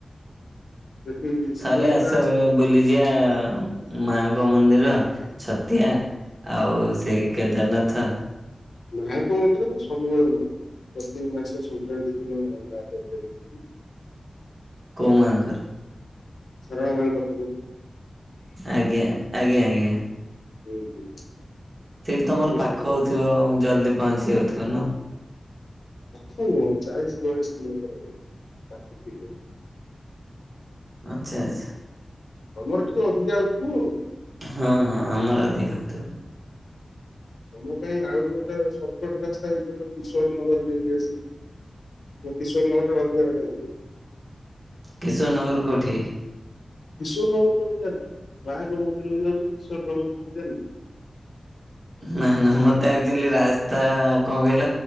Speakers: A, on the left; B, on the right.
A: ସେଠି ସିଏ
B: ଥରେ
A: ଗୋଟେ
B: ଆସ
A: ଅଛି
B: ବଳେ ବୁଲି ଯିବା ଆଉ ମାଙ୍କ ମନ୍ଦିର ଛତିଆ। ଆଉ ସେଇ କେଦାରନାଥ।
A: ମାଙ୍କ ମନ୍ଦିର ତ ସବୁବେଳେ ମୋର ପ୍ରତେକ ମାସ ସଂକ୍ରାନ୍ତି ଦିନ ମୁଁ ମାଙ୍କୁ ଥରେ ଦେଖିଦିଏ।
B: କୋଉ ମାଙ୍କର?
A: ସାରଳା ମାଙ୍କର।
B: ଆଜ୍ଞା ଆଜ୍ଞା ଆଜ୍ଞା।
A: ହୁଁ ହୁଁ।
B: ସେଇଠି ତମର
A: ପ୍ରତି
B: ପାଖ
A: ସଂକ୍ରାନ୍ତି
B: ହଉଥିବ ଜଲଦି ପହଞ୍ଚି ଯାଉଥିବ ନୁ?
A: ଅସି ନୁହଁ, ଚାଳିଶ ବୟାଳିଶ କିଲୋମିଟର ରହିବ, ପାଖ କିଏ କହିଲା।
B: ଆଚ୍ଛା, ଆଚ୍ଛା।
A: ତମର ଟିକେ ଅଧିକା ହଉ ଥିବ ଆଉ କଣ?
B: ହଁ ହଁ ।ଆମର ଅଧିକ ହଉଥିବ ।
A: ତମ ପାଇଁ ଆହୁରି ଗୋଟାଏ ସଟ୍ କଟ୍ ରାସ୍ତା ହେଇପାରିବ। କିଶୋର ନଗର ଦେଇକି ଆସିଲେ। ଏ କିଶୋର ନଗରଟା ଅଧିକା ବାଟ ହେଇଯିବ।
B: କିଶୋର ନଗର କୋଉଠି?
A: କିଶୋର ନଗର କୋଉଠି ଜାଣିନା? ମାଙ୍କ ମନ୍ଦିରକୁ ଯାଉଚ କିଶୋର ନଗର କୋଉଠି ଜାଣିନା?
B: ନାଁ ନାଁ। ମତେ ଆକ୍ଚୁଆଲି ରାସ୍ତା କଣ କହିଲ?